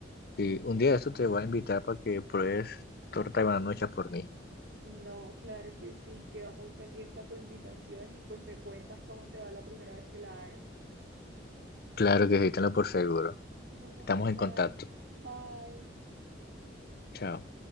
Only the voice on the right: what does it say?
No, claro que sí, quedo muy pendiente a tu invitación y pues me cuentas cómo te va la primera vez que la hagas.
Bueno,
Holman,
bye.